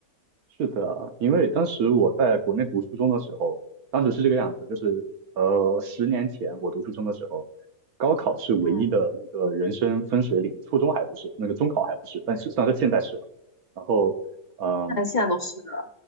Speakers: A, on the right; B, on the left.
A: 是的啊因为当时我在国内读初中的时候，当时是这个样子，就是呃，十年前我读初中的时候，高考是唯一的那个人生分水岭，
B: 嗯，
A: 初中还不是，那个中考还不是，但是算是现在是了。然后，嗯、
B: 但现在都是了，